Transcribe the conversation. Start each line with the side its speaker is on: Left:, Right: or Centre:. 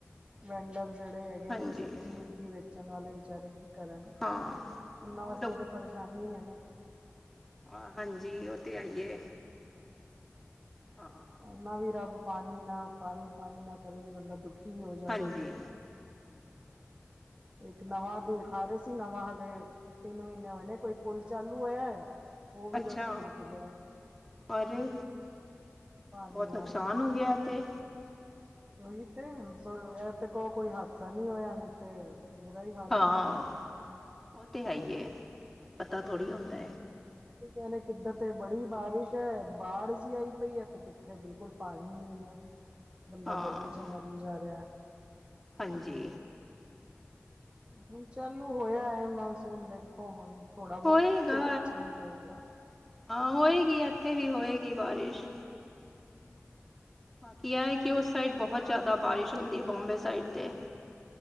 Right: ਵੈਂਡਰ ਜਿਹੜੇ ਹੈਗੇ।
Centre: ਹਾਂਜੀ
Right: <inaudible> ਵੇਚਣ ਵਾਲੇ ਵਿਚਾਰੇ ਕੀ ਕਰਨ,
Centre: ਹਾਂ
Right: ਉਹਨਾਂ
Centre: ਉਹ
Right: ਵਾਸਤੇ ਤਾਂ ਪਰੇਸ਼ਾਨੀ ਹੈ।
Centre: ਆਹ ਹਾਂਜੀ ਉਹ ਤੇ ਹੈ ਹੀ ਏ ਹਾਂ।
Right: ਨਾ ਵੀ ਰੱਬ ਪਾਣੀ ਨਾ ਪਾਣੀ ਪਾਣੀ ਨਾ ਕਰੇ ਵੀ ਬੰਦਾ ਦੁਖੀ ਹੀ ਹੋ ਜਾਏ।
Centre: ਹਾਂਜੀ
Right: ਇੱਕ ਨਵਾਂ
Centre: ਉਹ ਤੇ ਹੈਗੇ
Right: ਦਿਖਾ ਰਹੇ ਸੀ ਨਵਾਂ ਹਾਲੇ ਤਿੰਨ ਮਹੀਨੇ ਹੋਏ ਨੇ ਕੋਈ ਪੁਲ ਚਾਲੂ ਹੋਇਆ। ਉਹ ਵੀ
Centre: ਅੱਛਾ
Right: ਦੱਸੋ ਟੁੱਟ ਗਿਆ
Centre: ਅਰੇ
Right: ਪਾਣੀ
Centre: ਬਹੁਤ
Right: ਨਾਲ
Centre: ਨੁਕਸਾਨ ਹੋ ਗਿਆ ਇਹ ਤੇ
Right: ਉਹੀ ਤੇ ਨੁਕਸਾਨ ਇਹ ਤੇ ਕੋ ਕੋਈ ਹਾਦਸਾ ਨੀ ਹੋਇਆ ਨਹੀਂ ਤੇ ਬੁਰਾ ਈ ਹਾਲ।
Centre: ਹਾਂ
Right: ਹੋ ਜਾਂਦਾ।
Centre: ਉਹ ਤੇ ਹੈ ਹੀ ਏ ਪਤਾ ਥੋੜ੍ਹੀ ਹੁੰਦਾ।
Right: ਤੇ ਕਹਿ ਰੇ ਕਿੱਧਰ ਤੇ ਬੜੀ ਬਾਰਿਸ਼ ਹੈ ਬਾੜ ਜਿਹੀ ਆਈ ਪਈ ਹੈ ਤੇ ਕਿੱਥੇ ਬਿਲਕੁਲ ਪਾਣੀ ਨੀ ਹੈ।
Centre: <inaudible>
Right: ਬੰਦਾ
Centre: ਹਾਂ
Right: ਗਰਮੀ 'ਚ ਮਰੀ ਜਾ ਰਿਹਾ।
Centre: ਹਾਂਜੀ।
Right: ਹੁਣ ਚਾਲੂ ਹੋਇਆ ਹੈ ਮਾਨਸੂਨ ਦੇਖੋ ਹੁਣ ਥੋੜਾ ਬਹੁਤ
Centre: ਹੋਏਗਾ
Right: ਚੇਂਜ ਹੋਏਗਾ।
Centre: ਹਾਂ ਹੋਏਗੀ ਇੱਥੇ ਵੀ ਹੋਏਗੀ ਬਾਰਿਸ਼। ਬਾਕੀ ਐ ਕਿ ਉਸ ਸਾਈਡ ਬਹੁਤ ਜ਼ਿਆਦਾ ਬਾਰਿਸ਼ ਹੁੰਦੀ ਬੰਬੇ ਸਾਈਡ 'ਤੇ।